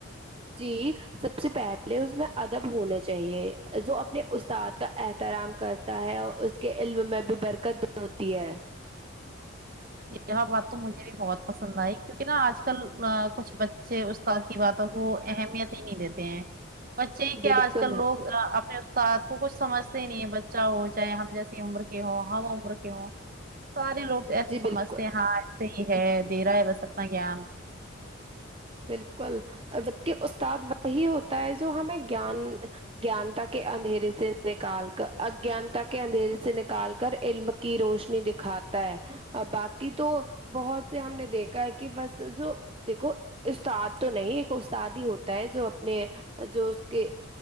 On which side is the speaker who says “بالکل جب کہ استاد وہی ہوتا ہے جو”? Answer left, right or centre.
Right